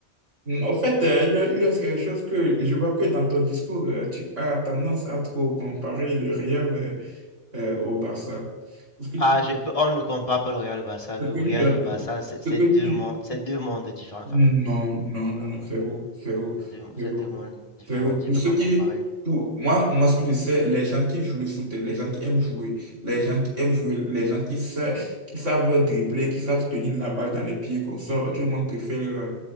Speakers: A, on the right (about 85°); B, on the left (about 30°).
A: Mm, En fait,
B: ça paye.
A: euh, il y a, il y a quelque chose que je vois que dans ton discours, euh, tu as tendance à trop comparer le Real euh, euh, au Barça. Ce que
B: Ah,
A: tu,
B: je peux- on ne compare pas le Real et le Barça. Le
A: ce que
B: Real
A: tu dois,
B: et le Barça, c'est
A: ce
B: c'est
A: que
B: deux
A: tu
B: mondes, c'est deux mondes différents quand
A: non,
B: même, pour,
A: non,
B: faut
A: non,
B: l'avouer.
A: non, frérot, frérot,
B: C'est deux,
A: frérot,
B: c'est deux mondes différents.
A: frérot.
B: Tu
A: Pour
B: peux
A: ceux
B: pas
A: qui,
B: comparer. Euh,
A: pour moi, moi, ce que je sais, les gens qui jouent le foot, les gens qui aiment jouer, les gens qui aiment jouer, les gens qui savent, qui savent dribbler, qui savent tenir la balle dans les pieds qu'on sort, tout le monde préfère, euh,